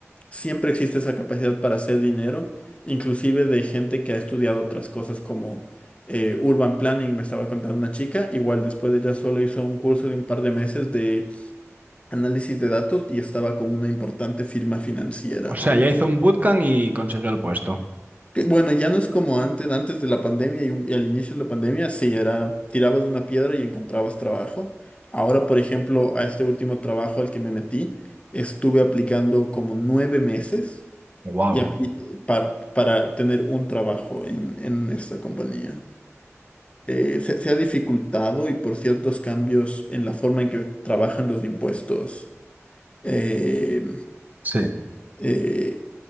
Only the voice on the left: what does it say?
Siempre existe esa capacidad para hacer dinero, inclusive de gente que ha estudiado otras cosas como eh, Urban Planning, me estaba contando una chica, igual después de ella solo hizo un curso de un par de meses de análisis de datos y estaba con una importante firma financiera.
Que, Bueno, ya no es como antes, antes de la pandemia y, un- y al inicio de la pandemia, sí, era, tirabas de una piedra y encontrabas trabajo. Ahora, por ejemplo, a este último trabajo al que me metí, estuve aplicando como nueve meses
y a- y- pa- para tener un trabajo en, en esta compañía. Eh, se, se ha dificultado y por ciertos cambios en la forma en que trabajan los impuestos, eh,
eh,